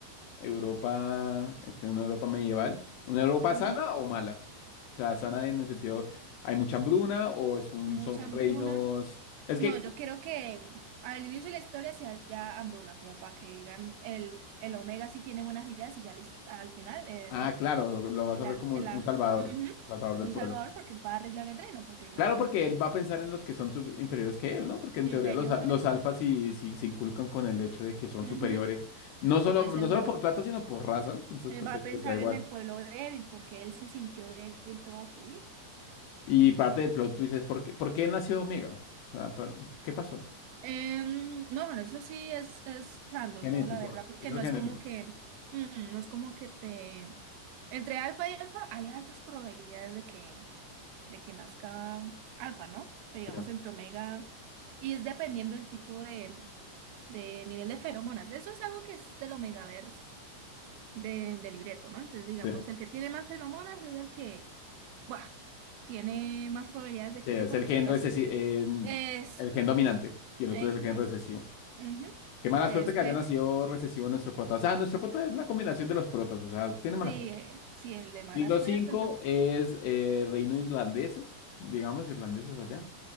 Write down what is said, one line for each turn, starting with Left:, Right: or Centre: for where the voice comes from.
Left: Europa, este, una Europa medieval. ¿Una Europa
Right: Ujú,
Left: sana o mala? O sea, sana en el sentido, ¿hay mucha hambruna o es un,
Right: Mucha
Left: son
Right: hambruna.
Left: reinos? Es
Right: No,
Left: que,
Right: yo quiero que al inicio de la historia se haya hambruna, como para que digan el, el Omega sí tiene buenas ideas y ya lis- al final el,
Left: ah, claro, lo, lo vas
Right: la,
Left: a ver como
Right: la,
Left: un salvador,
Right: ujú,
Left: salvador del
Right: un
Left: pueblo.
Right: salvador porque él va a arreglar el reino, porque digamos
Left: Claro, porque él va a pensar en los que son sub- inferiores que él, ¿no? Porque en
Right: inferior.
Left: teoría los, a- los alfas sí, sí se inculcan con el hecho de que son
Right: ujú,
Left: superiores, no solo,
Right: Entonces
Left: no
Right: él
Left: solo
Right: va,
Left: por plata, sino por raza, entonces
Right: él
Left: pues
Right: va
Left: a
Right: a
Left: ellos
Right: pensar
Left: les da igual.
Right: en el pueblo débil porque él se sintió débil toda su vida.
Left: Y parte del plot twist es por qué, ¿por qué nació Omega? O sea, pa- ¿qué pasó?
Right: Em, no, bueno, eso sí es, es random,
Left: Genético,
Right: ¿no? La verdad, porque
Left: eso
Right: no
Left: es genético.
Right: es como que, mm, no es como que te... Entre alfa y alfa hay altas probabilidades de que, de que nazca alfa, ¿no? Pero digamos
Left: Sí,
Right: entre omega, y es dependiendo del tipo de, de nivel de feromonas. Eso es algo que es del omegaverse de, del libreto, ¿no? Entonces, digamos,
Left: sí.
Right: el que tiene más feromonas es el que, ¡buah! tiene más probabilidades de
Left: Sí,
Right: que
Left: es
Right: el hijo
Left: el
Right: le
Left: gen
Right: salga
Left: recesi-
Right: así.
Left: eh,
Right: Eso,
Left: el gen
Right: eso,
Left: dominante
Right: eso.
Left: y el
Right: Ejé,
Left: otro es el gen
Right: ajá.
Left: recesivo.
Right: Ujú.
Left: Qué mala
Right: Entonces,
Left: suerte que
Right: fue
Left: haya nacido recesivo nuestro prota. O sea, nuestro prota es la combinación de los protas, o sea, tiene mala
Right: sí,
Left: suerte.
Right: eh, sí, el de mala
Left: Siglo
Right: suerte,
Left: cinco
Right: entonces,
Left: es eh, reino de irlandeses, digamos, irlandeses allá.